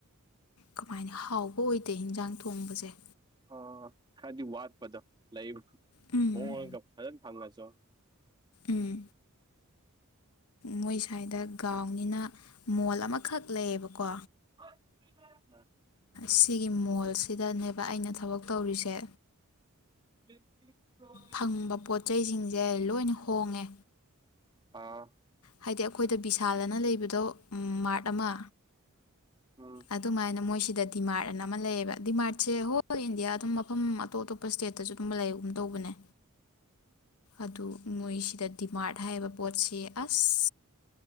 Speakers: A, on the left; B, on the right.
A: ꯀꯃꯥꯏꯅ ꯍꯥꯎꯕ ꯑꯣꯏꯗꯦ ꯏꯟꯖꯥꯡ ꯊꯣꯡꯕꯁꯦ
B: ꯑ ꯈꯔꯗꯤ ꯋꯥꯠꯄꯗꯣ ꯂꯩꯕ
A: ꯎꯝ
B: ꯍꯣꯡꯂꯒ ꯐꯖꯅ ꯐꯪꯉꯁꯨ
A: ꯎꯝ ꯃꯣꯏ ꯁ꯭ꯋꯥꯏꯗ ꯒꯥꯎꯅꯤꯅ ꯃꯣꯜ ꯑꯃꯈꯛ ꯂꯩꯌꯦꯕꯀꯣ
B: ꯑꯣ
A: ꯁꯤꯒꯤ ꯃꯣꯜꯁꯤꯗꯅꯦꯕ ꯑꯩꯅ ꯊꯕꯛ ꯇꯧꯔꯤꯁꯦ
B: <unintelligible>
A: ꯐꯪꯕ ꯄꯣꯠ ꯆꯩꯁꯤꯡꯁꯦ ꯂꯣꯏꯅ ꯍꯣꯡꯉꯦ
B: ꯑꯥ
A: ꯍꯥꯏꯗꯤ ꯑꯩꯈꯣꯏꯗ ꯕꯤꯁꯥꯜꯗꯅ ꯂꯩꯕꯗꯣ ꯃꯥꯔꯠ ꯑꯃ
B: ꯎꯝ
A: ꯑꯗꯨꯃꯥꯏꯅ ꯃꯣꯏꯁꯤꯗ ꯗꯤꯃꯥꯔꯠ ꯑꯅ ꯑꯃ ꯂꯩꯌꯦꯕ ꯗꯤꯃꯥꯔꯠꯁꯦ ꯍꯣꯜ ꯏꯟꯗꯤꯌꯥ ꯑꯗꯨꯝ ꯃꯐꯝ ꯑꯇꯣꯞ ꯑꯇꯣꯞꯄ ꯁ꯭ꯇꯦꯠꯇꯁꯨ ꯑꯗꯨꯝ ꯂꯩ ꯇꯧꯕꯅꯦ
B: <inaudible>
A: ꯑꯗꯨ ꯃꯣꯏꯁꯤꯗ ꯗꯤꯃꯥꯔꯠ ꯍꯥꯏꯕ ꯄꯣꯠꯁꯦ ꯑꯁ